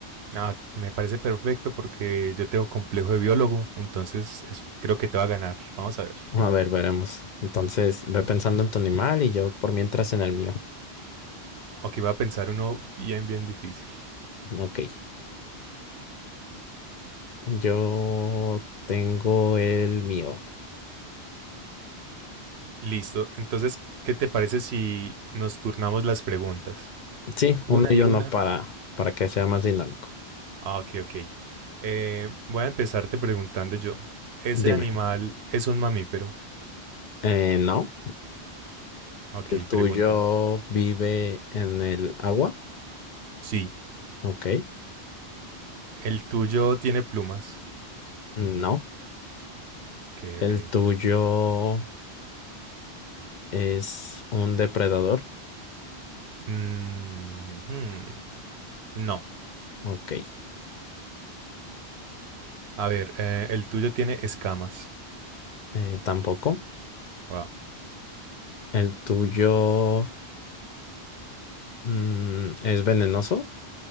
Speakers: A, on the right; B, on the left.
A: Ah, me parece perfecto porque yo tengo complejo de biólogo, entonces es- creo que te va a ganar. Vamos a ver.
B: A ver, veremos. Entonces, ve pensando en tu animal y yo por mientras en el mío.
A: Ok, va a pensar uno bien, bien difícil.
B: Ok. Yo tengo el mío.
A: Listo, entonces, ¿qué te parece si nos turnamos las preguntas?
B: Sí,
A: Una
B: uno y
A: y
B: uno
A: una
B: para, para que sea más dinámico.
A: Ah, ok, ok. Eh, voy a empezarte preguntando yo. ¿Ese
B: Dime.
A: animal es un mamífero?
B: Eh, no.
A: Ok,
B: ¿El tuyo
A: pregúntame.
B: vive en el agua?
A: Sí.
B: Ok.
A: ¿El tuyo tiene plumas?
B: No.
A: Ok,
B: ¿El
A: ok.
B: tuyo es un depredador.
A: Mm, hmm, No.
B: Ok,
A: A ver, eh, ¿el tuyo tiene escamas?
B: eh, tampoco.
A: Wow.
B: El tuyo mm, es venenoso.